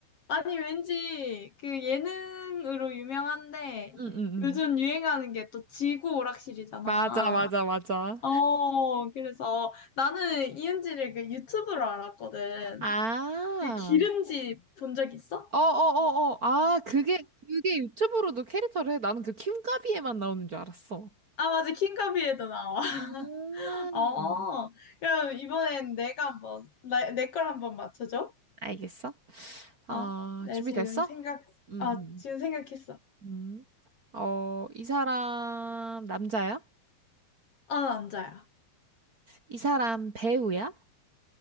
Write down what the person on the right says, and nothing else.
응, 응.
맞아, 맞아, 맞아.
아,
어, 어, 어, 어. 아, 그게, 그게 유튜브로도 캐릭터를 해. 나는 그 킴카비에만 나오는 줄 알았어.
음.
알겠어? 아,
준비됐어?
응,
응. 음. 어, 이 사람 남자야?
이 사람 배우야?